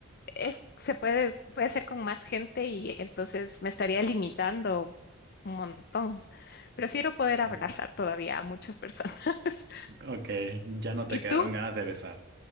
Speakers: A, on the left; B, on the right.
A: es, se puede, puede ser con más gente y entonces me estaría limitando un montón. Prefiero poder
B: sí.
A: abrazar todavía a muchas personas. <laughs>
B: Ok, ya no te
A: ¿Y
B: quedaron
A: tú?
B: ganas de besar.